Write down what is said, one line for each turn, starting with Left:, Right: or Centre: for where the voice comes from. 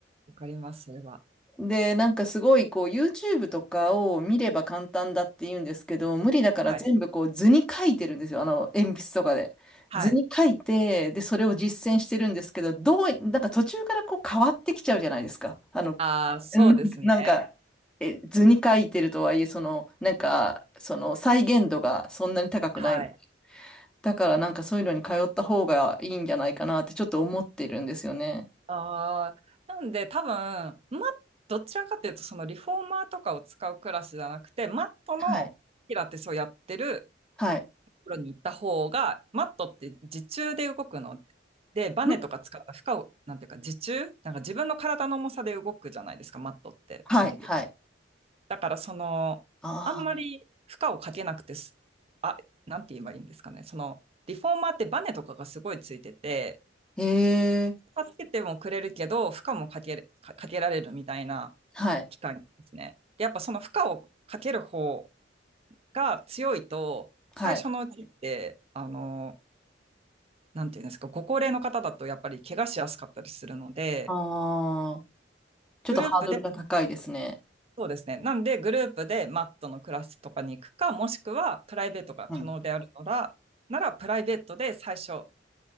Right: わかります、それは。
Centre: で、なんかすごいこう YouTube とかを見れば簡単だって言うんですけど、無理だから全部こう図に書いてるんですよ。
Right: はい。
Centre: あの鉛筆とかで。
Right: はい。
Centre: 図に書いて、で、それを実践してるんですけど、どう、なんか途中からこう変わってきちゃうじゃないですか。あの、
Right: ああ、
Centre: <laughs>
Right: そうですね。
Centre: うんなんか、え、図に書いてるとはいえ、その、なんか、その再現度がそんなに高くない。
Right: はい。
Centre: だからなんかそういうのに通った方がいいんじゃないかなってちょっと思ってるんですよね。
Right: ああ、なんで多分、ま、どちらかというと、そのリフォーマーとかを使うクラスじゃなくて、マットのピラティスをやってる
Centre: はい。はい。
Right: ところに行った方が、マットって自重で動くの。で、バネとか使った負荷を、
Centre: ん
Right: なんていうか、自重なんか自分の体の重さで動くじゃないですか、マットって基本的に。
Centre: はい。はい。
Right: だからその、
Centre: ああ。
Right: あんまり負荷をかけなくてす、あ、なんて言えばいいんですかね。その、リフォーマーってバネとかがすごいついてて、
Centre: へえ。
Right: 助けてもくれるけど、負荷もかける、か、かけられるみたいな
Centre: はい。
Right: 機械なんですね。で、やっぱその負荷をかける方が強いと、
Centre: はい。
Right: 最初のうちって、あの、なんていうんですか、ご高齢の方だとやっぱり怪我しやすかったりするので、
Centre: ああ、ちょっとハードルが高いですね。
Right: グループでそうですね。なんで、グループでマットのクラスとかに行くか、もしくはプライベートが可能であるなら、
Centre: うん。
Right: ならプライベートで最初